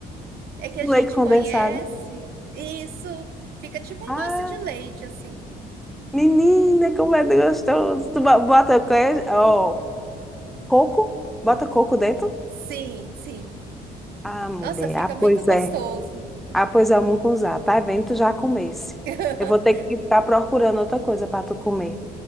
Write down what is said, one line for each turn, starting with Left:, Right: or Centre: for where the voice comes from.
Right: É que a
Centre: Com
Right: gente
Centre: leite condensado?
Right: conhece. Isso. Fica tipo um
Centre: Ah,
Right: doce de leite, assim.
Centre: menina, como é gostoso. Tu bo- bota queijo, ó, coco? Bota coco dentro?
Right: Sim, sim.
Centre: Ah, mulher.
Right: Nossa, fica
Centre: Ah, pois
Right: muito gostoso.
Centre: é. Ah, pois é, o mucunzá. Tá vendo? Tu já comesse.
Right: <laughs>
Centre: Eu vou ter que ficar procurando outra coisa para tu comer.